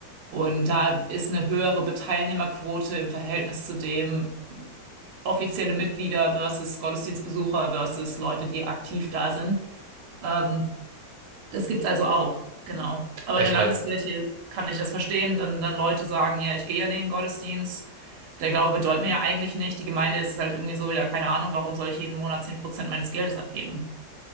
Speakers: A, on the right; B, on the right.
A: Und da ist eine höhere Teilnehmerquote im Verhältnis zu dem offizielle Mitglieder versus Gottesdienstbesucher versus Leute, die aktiv da sind. Ähm, das gibt's also auch, genau. Aber
B: Ja,
A: in der
B: ich meine,
A: Landeskirche kann ich das verstehen, dann, dann Leute sagen, ja, ich gehe ja nicht in den Gottesdienst. Der Glaube bedeutet mir ja eigentlich nicht. Die Gemeinde ist halt irgendwie so, ja, keine Ahnung, warum soll ich jeden Monat 10% meines Geldes abgeben?